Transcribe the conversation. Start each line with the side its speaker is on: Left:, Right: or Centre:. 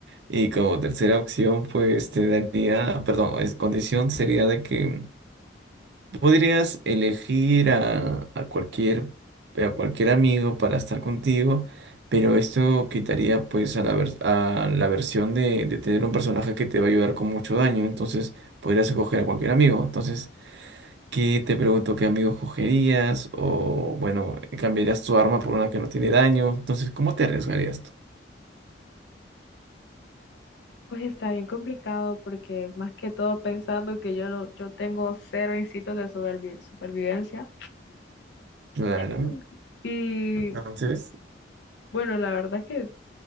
Right: Y como tercera opción, pues te daría, perdón, es, condición sería de que podrías elegir a, a cualquier, a cualquier amigo para estar contigo, pero esto quitaría pues a la, vers- a la versión de, de tener un personaje que te va a ayudar con mucho daño, entonces podrías escoger a cualquier amigo. Entonces, ¿qué te pregunto qué amigo escogerías? O bueno, cambiarías tu arma por una que no tiene daño. Entonces, ¿cómo te arriesgarías tú?
Left: pues está bien complicado porque más que todo pensando que yo no, yo tengo cero instintos de supervi- supervivencia.
Right: Claro,
Left: Mm. Y
Right: entonces,
Left: bueno, la verdad es que